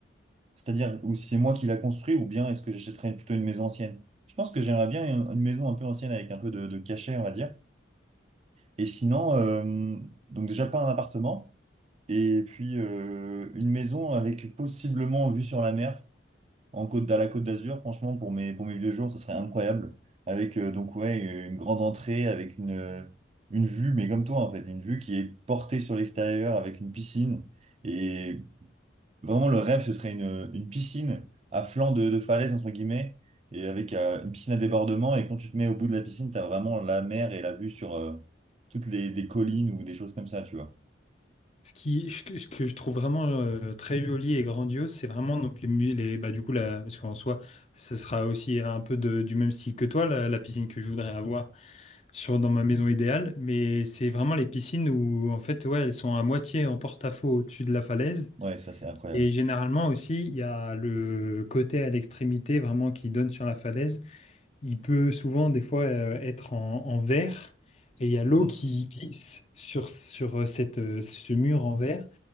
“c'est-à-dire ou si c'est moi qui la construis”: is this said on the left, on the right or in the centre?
Right